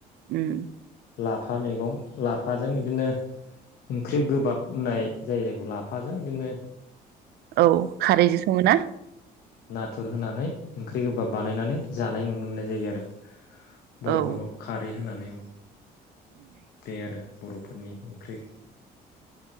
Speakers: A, on the right (about 70°); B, on the left (about 70°).
A: उम
B: लाफा मेगं लाफाजों इदिनो ओंख्रि गोबाब होननाय जाय जायखौ लाफाजों इदिनो
A: औ खारैजों सङो ना?
B: नाथुर होनानै ओंख्रि गोबाब बानायनानै जानाय नुनो मोननाय जायो आरो बरफोरखौ
A: औ
B: खारै होनानै औ <inaudible>
A: <inaudible>
B: <unintelligible> आरो बरफोरनि ओंख्रि।